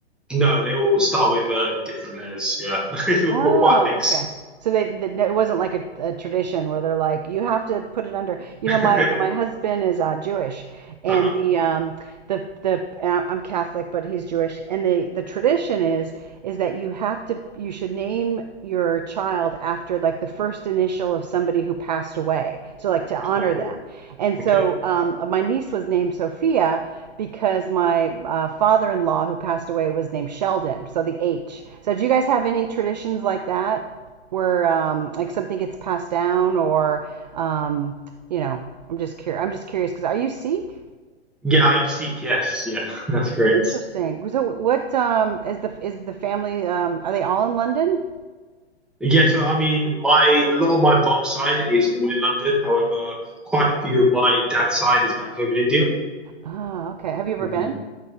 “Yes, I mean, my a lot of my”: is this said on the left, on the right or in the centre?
Centre